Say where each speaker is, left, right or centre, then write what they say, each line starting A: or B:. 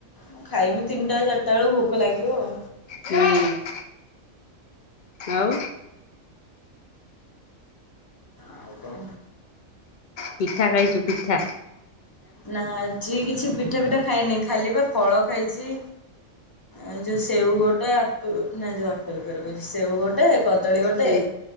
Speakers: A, on the left; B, on the left.
A: ମୁଁ ଖାଇବି ତିନିଟା ଚାରିଟା ବେଳକୁ ଭୋକ ଲାଗିବ ଆଉ।
B: ହୁଁ। ଆଉ।
A: ଆଉ କଣ?
B: ପିଠା ଖାଇଚୁ ପିଠା?
A: ନା ଆଜି କିଛି ପିଠା ପିଠା ଖାଇନି ଖାଲି ବା ଫଳ ଖାଇଚି। ଏ ଯୋଉ ସେଉ ଗୋଟେ ଆପ ନା ଯୋଉ ଆପେଲ ଫେରେ କହୁଚି ସେଉ ଗୋ ଗୋଟେ କଦଳୀ ଗୋଟେ
B: ହୁଁ